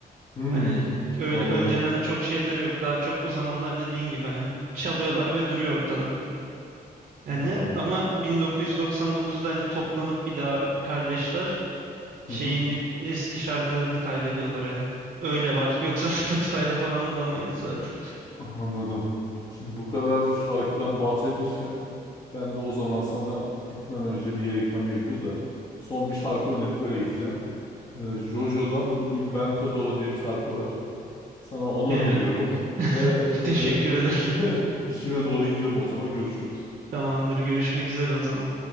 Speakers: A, on the left; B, on the right.
A: Hmm,
B: Hani öyle
A: anladım.
B: önceden çok şeyleri yok. Daha çok o zamanlar dediğin gibi hani çalıyorlar ve duruyor ortada. Yani
A: Vallahi.
B: ama 1999'da hani toplanıp bir daha kardeşler
A: Hı
B: şeyini
A: hı.
B: eski şarkılarını kaydediyorlar hani. Öyle var. <laughs> Yoksa Spotify'da falan bulamayız zaten.
A: Anladım. Şimdi bu kadar şarkıdan bahsetmişken ben de o zaman sana gitmeden önce bir yere gitmem gerekiyor da son bir şarkı önerip öyle gideceğim. Ee, Jojo'dan Il Vento d'Oro diye bir şarkı var. Sana onu
B: Evet.
A: öneriyorum ve
B: <laughs> Teşekkür
A: e,
B: ederim.
A: <laughs> işime doğru gidiyorum o zaman görüşürüz.
B: Tamamdır. Görüşmek üzere o zaman.